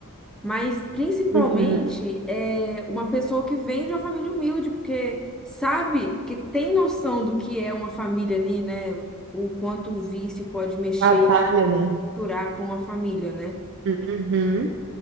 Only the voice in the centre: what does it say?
mas principalmente
é uma pessoa que vem de uma família humilde, porque sabe que tem noção do que é uma família ali, né? O quanto o vício pode mexer,
estruturar com uma família, né?